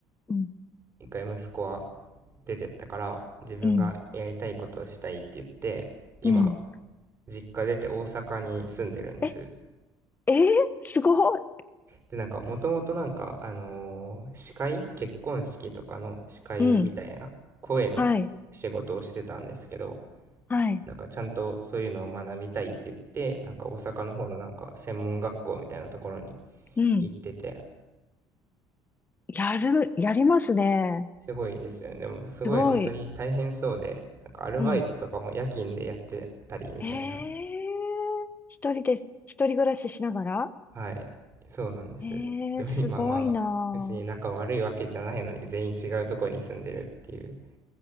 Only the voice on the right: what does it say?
一回息子は出てったから自分がやりたいことをしたいって言って、
今、
実家出て大阪に住んでるんです。
で、なんか、もともとなんか、あのー司会結婚式とかの司会みたいな声の仕事をしてたんですけど、
なんかちゃんとそういうのを学びたいって言って、なんか大阪の方のなんか専門学校みたいなところに
行ってて、
すごいですよね。でもすごい本当に大変そうで、
なんかアルバイトとかも夜勤でやってたりみたいな。
はい。そうなんです。
でも今まあ、別に仲悪いわけじゃないのに全員違うところに住んでるっていう。